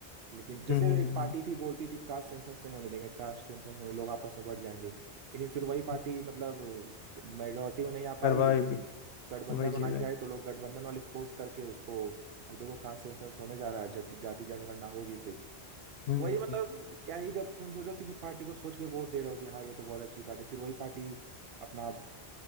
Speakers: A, on the right; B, on the left.
A: लेकिन जैसे
B: हम्म हम्म
A: एक
B: हम्म,
A: पार्टी थी बोलती थी कास्ट सेंसस नहीं होने देंगे कास्ट सेंसस होने लोग आपस में बढ़ जाएंगे लेकिन फिर वही पार्टी
B: हम्म।
A: मतलब मेजोरिटी में नहीं आ
B: करवाए
A: पाई
B: भी
A: गठबंधन
B: वही
A: बना
B: चीज
A: के
B: है
A: आए तो लोग गठबंधन वाले फोर्स करके उसको अब देखो कहाँ सेंसेस होने जा रहा है जाति जाति जनगणना होगी फिर
B: हम्म
A: तो वही
B: हम्म,
A: मतलब
B: हम्म। हम्म।
A: क्या ही जब तुम सोचो किसी पार्टी को सोच के वोट दे रहे हो कि हाँ ये तो बहुत अच्छी पार्टी फिर वही पार्टी अपना